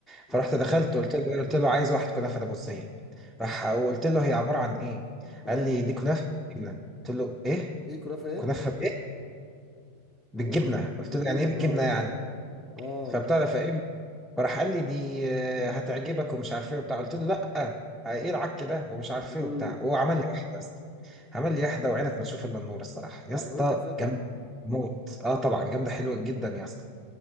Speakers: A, in the centre; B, on the left.
A: فرحت
B: حلو
A: دخلت قلت له قلت له عايز واحد كنافه نابلسيه راح وقلت له هي عباره عن ايه
B: اه
A: قال لي دي كنافه بالجبنه قلت له ايه
B: ايه كنافه ايه
A: كنافه بايه بالجبنه
B: انا كنت
A: قلت
B: بتجيبنا
A: له يعني ايه بالجبنه
B: اه
A: يعني
B: اه
A: فبتعرف ايه فراح قال لي دي آه، هتعجبك ومش عارف ايه وبتاع قلت له لا آه، ايه العك ده ومش عارف
B: امم
A: ايه وبتاع هو عمل لي واحده يا اسطى عمل لي واحده وعينك ما تشوف الا النور الصراحه يا
B: عجبتك
A: اسطى
B: ساعتها؟
A: جامده موت اه طبعا جامده حلوه جدا يا اسطى